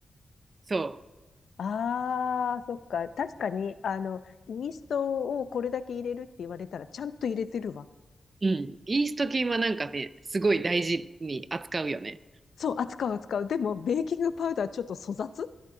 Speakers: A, on the right; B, on the left.
A: そ
B: ああ、そっか。確かに、あの、イーストをこれだけ入れるって言われたら、ちゃんと入れてるわ。
A: う。うん。イースト菌はなんかね、すごい大事に扱うよね。
B: そう、扱う扱う。でも、ベーキングパウダーちょっと粗雑